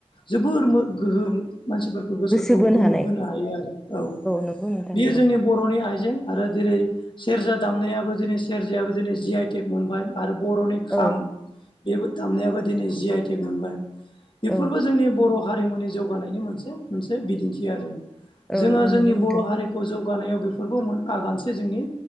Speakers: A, on the left (about 45°); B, in the centre.
A: जोबोर मो गोहोम मानसिफोर उ गोसोखौ
B: गोसो बोनो
A: गोमो
B: हानाय
A: होनो हायो आरो औ
B: नंगौ नोंथां
A: बियो
B: नंगौ
A: जोंनि बर'नि आइजें आरो जेरै सेरजा दामनायाबो दिनै सेरजायाबो दिनै जि आइ टेक मोनबाय आरो बर'नि खाम
B: औ
A: बेबो दामनायाबो दिनै जि आइ टेक मोनबाय बेफोरबो
B: औ
A: जोंनि बर' हारिमुनि जौगानायनि मोनसे मोनसे बिदिन्थि आरो
B: औ
A: जोङो
B: औ
A: जोंनि
B: नंगौ नोंथां
A: बर' हारि खौ जौगानायाव बेफोरबो मोन आगानसे जोंनि